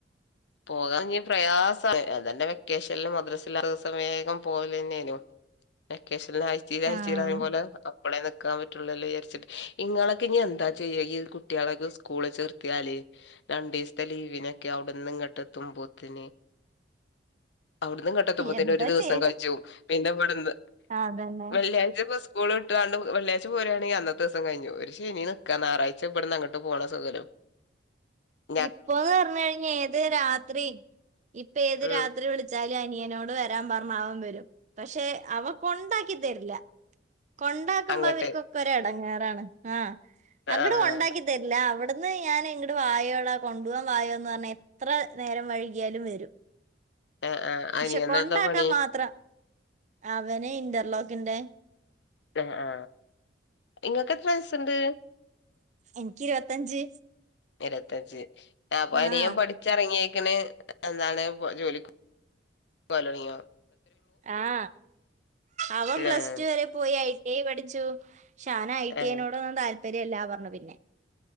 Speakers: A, on the left (about 70°); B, on the right (about 40°).
A: പോകാൻനി പ്രയാസം അതന്നെ വെക്കേഷനിൽ മദ്രസല്ലാത്ത ദിവസം വേഗം പോവല തന്നെയനു വെക്കേഷൻൽ ആഴ്ചല് ആഴ്ചല്
B: ആഹ്
A: പറേപോലെ ഇപ്പളെ നിക്കാൻ പറ്റുള്ളല്ലോ വിചരിച്ചിട്ട് ഇങ്ങളൊക്കെ ഇ എന്താ ചെയ്യ ഈ കുട്ടികളക്കെ സ്കൂള ചേർത്തിയാൽ രണ്ടീസതെ ലീവിനൊക്കെ അവിടെന്ന് ഇങ്ങോട്ട്ത്തുമ്പോത്തിൻ അവിടന്ന്ഇങ്ങ ട്ടത്തുമ്പതിന്
B: എന്താ
A: ഒരു ദിവസം
B: ചെയ്യാ
A: കജുമ് പിന്നെ ഇവിടുന്ന്
B: അതന്നെ
A: വെള്ളിയാഴ്ച സ്കൂൾ ഇട്ടാണ്ട് ങ്ങാണ്ട് വെള്ളാഴ്ച പോുകണെങ്കിൽ അന്നത്തെദീസം കഴിഞ്ഞു ഒരു ശനിനിക്കാ ഞായറാഴ്ച ഇവിടുന്ന് അങ്ങട്ട് പോണ സൗകര്യം <unintelligible>
B: ഇപ്പോന്ന് പറഞ്ഞു കഴിഞ് ഏത് രാത്രി ഇപ്പൊ ഏത്
A: ഉം
B: രാത്രി വിളിച്ചാലും അനിയനോട് വരാൻ പറഞ്ഞാ അവൻ വരും പക്ഷെ അവ ൻകൊണ്ടാക്കി തരില്ല കൊണ്ടാക്കുമ്പോ
A: അങ്ങട്ട്
B: അവർക്കൊക്കെ ഒ ഇടങ്ങാറാണ് ആഹ അങ്ങട
A: ആഹ്
B: കൊണ്ടാക്കി തരില്ല അവിടുന്ന് ഞാൻ ഇങ്ങട് വായോ കൊണ്ടു പോവാൻ വായോന്ന്. പറഞ്ഞാൽ എത്ര നേരം വഴുകിയാലും വരും
A: ആഹ് ആഹ്
B: പക്ഷെ
A: അനിയനെന്താ
B: കൊണ്ടാക്കാൻ
A: പണി
B: മാത്ര അവന് ഇന്റർലോക്കിന്റെ
A: ആ ഇങ്ങൾക്ക് എത്ര വയസുണ്ട്
B: എനിക്ക് ഇരുപത്തഞ്ച്
A: ഇരുപത്തഞ്ച് അപ്പൊ
B: ആഹ്
A: അനിയൻ പഠിച്ചിറങ്ങിയക്കണ് എന്താണ് ജോലിക്ക് പോവാലോടങ്ങിയോ
B: ആഹ അവൻ പ്ലസ്
A: ആഹ്
B: ടു വരെ പോയി ഐ ടി ഐ പഠിച്ചു പക്ഷെ അവന ഐ ടി
A: ആഹ്
B: ഐനോടൊന്നും താല്പര്യംല്ല പറഞ്ഞു പിന്നെ